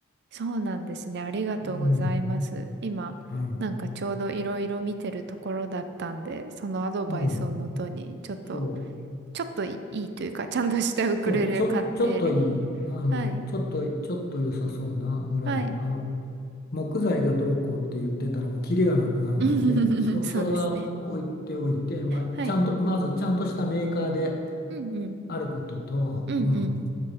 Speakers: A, on the right; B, on the left.
A: そうなんですね。ありがとうございます。
B: うん、
A: 今、
B: はい、
A: なんかちょうどいろいろ見てるところだったんで、そのアドバイスをもとに、
B: うん、
A: ちょっと、
B: そ
A: ちょっといいというか、ちゃんとしたウクレレ買って、
B: う、そう、ちょ、ちょっといい、あの、
A: はい。
B: ちょっと、ちょっと良さそうなぐらいの、
A: はい。
B: あの、木材がどうこうって言ってたらもうキリがなくなるので、
A: <laughs>
B: そ、
A: そうですね。
B: それは置いておいて、まあ、
A: はい。
B: ちゃんと、まずちゃんとしたメーカーで、
A: うんうん。
B: あることと、
A: うんうん。
B: うん、